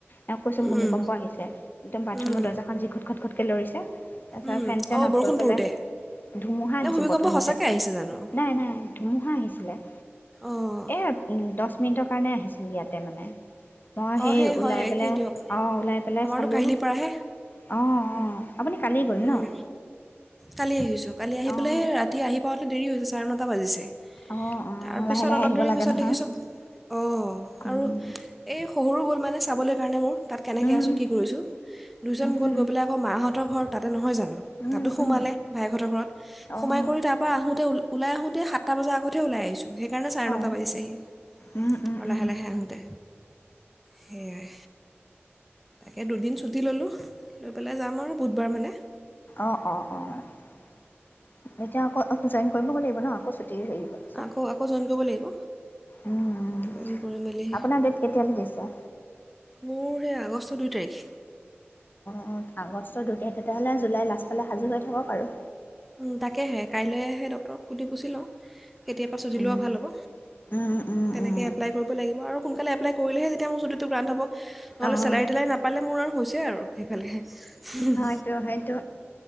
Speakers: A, on the left; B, in the centre.
A: এওক কৈছো ভূমিকম্প
B: উম
A: আহিছে একদম বাথৰুমত
B: উম
A: দৰ্জাখন যি ঘট - ঘট - ঘটকে লৰিছে। সেয়া
B: উম
A: ফেন চেন
B: অঁ
A: অফ
B: বৰষুণ
A: কৰি পেলাই
B: পৰোঁতে
A: ধুমুহা
B: নে
A: আহিছিল
B: ভূমিকম্প
A: প্ৰথমতে,
B: সঁচাকৈ আহিছে জানো
A: নাই - নাই ধুমুহা আহিছিলে।
B: অঁ
A: এ দহ মিনিটৰ কাৰণে আহিছিল ইয়াতে মানে মই
B: অঁ
A: সেই
B: হয়
A: ওলাই
B: একেই
A: পেলাই
B: দিয়ক
A: অঁ', ওলাই পেলাই
B: আমাৰতো
A: চালোঁ
B: কাহিলীৰ
A: অঁ',
B: পৰাহে
A: - অঁ', আপুনি কালিয় গ'ল
B: উম,
A: ন',?
B: কালি আহিছো কালি আহিাই
A: অঁ
B: স', ৰা আহী পোৱাতে দেৰি হৈছে চাৰে নটা বাজিছে।
A: অঁ অঁ
B: তাৰপিছত
A: লাহে লাহে
B: অলপ
A: আহিব
B: দেৰি
A: লাগে
B: পিছত
A: নহয়
B: দেখিছো অ',
A: উম
B: আৰু এই শহৰু গ'ল মানে চাবলৈ সেইকাৰণে মোৰ তাত কেনেকৈ
A: উম
B: আছোঁ, কি কৰিছোঁ, দুইজন গ'ল
A: উম
B: গৈ পেলাই আকৌ মাহঁত ঘৰ তাতে নহয় জানো?
A: উম',
B: তাতো সোমালে
A: উম
B: ভাইেহঁতৰ ঘৰত সোমাই
A: অঁ
B: কৰি তাৰ পৰা আহোঁ মতে ওল আহোতে সাত বজ আগতে ওলাই আহিচো সেইকাৰণে চাৰে
A: অঁ
B: নটা বাজিছেহি
A: উম উম
B: আৰু লাহে
A: উম
B: -লাহে আহোঁতে সেয়াই। তাকে দুদিন ছুটি ল'লোঁ। লৈ পেলাই যাম আৰু বুধবাৰ মানে।
A: অ', - অ', - অ ', এতিয়া আকৌ জাইন কৰিব লাগিব ন', আকৌ দেৰি হৈ গৈছে,
B: আকৌ আকৌ জইন কৰিব লাগিব
A: উম
B: জইন কৰি
A: ',
B: মেলি
A: আপোনাৰ ডেট কেতিয়ালৈ দিছে।
B: মোৰ সেই আগষ্ট দুই তাৰিখ।
A: অঁ ', আগষ্টৰ দুই তাৰিখ তেতিয়াহলে জুলাই লাষ্টফালে সাজু হৈ থাকক আৰু
B: উম ', তাকেহে কাইলৈহে ডক্টৰক সুধি পুচি লওঁ। কেতিয়াবা চুটী
A: উম
B: লোৱা ভাল হ'ব,
A: উম
B: তেনেকৈ
A: উম
B: এপ্লাই কৰিব লাগিব আৰু সোনকালে এপ্লাই কৰিলেহে যেতিয়াৰ ছুটীটো গ্ৰাণ্ট হ'ব। নহ'লে
A: অঁ
B: চেলাই তেলাই নাপালে মোৰ আৰু হৈছে আৰু সেইফালে হম ',
A: হয়তো হয়তো